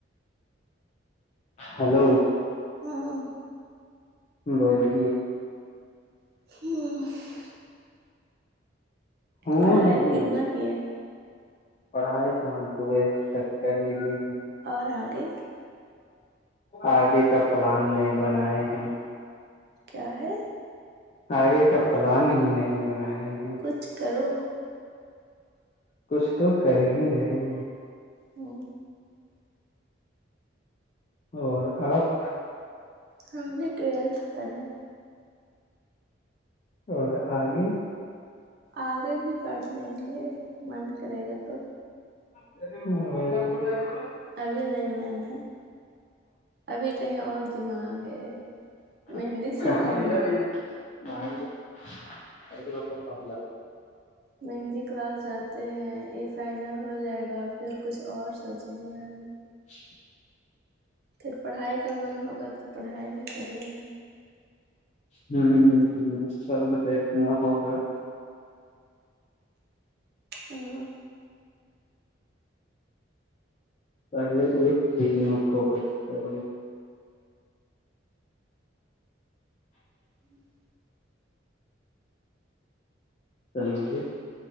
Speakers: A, on the left; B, on the right.
A: ہیلو
B: ہاں
A: بولے
B: <inaudible>
A: ہوں
B: پڑھائی
A: نہیں
B: کتنا کی ہے
A: پڑھائی تو ہم تو ویس تک کر لیے ہیں
B: اور آگے
A: آگے کا پلان نئے بنائے ہیں
B: کیا ہے
A: آگے کا پلان ہی نہیں بنائے ہیں
B: کچھ کرو
A: کچھ تو کر ہی رہے
B: ہو
A: اور آپ
B: ہمانے ٹویلتھ پڑھے
A: اور آگے
B: آگے بھی پڑھ لیں گے من کرے گا تو
A: <inaudible>
B: ابھی نہیں من ہے ابھی کہیں اور دماغ ہے
A: <inaudible>
B: مہندی سیکھ رہے ہیں نا مہندی کلاس جاتے ہیں یہ فائنل ہو جائے گا پھر کچھ اور سوچیں گے آگے
A: <unintelligible>
B: پھر پڑھائی کا من ہوگا تو پڑھائی بھی کر لیں گے
A: ہوں ہ ہ سب دیکھنا ہوگا
B: ہاں
A: پہلے ایک چیز میں فوکس کر
B: <unintelligible>
A: س مج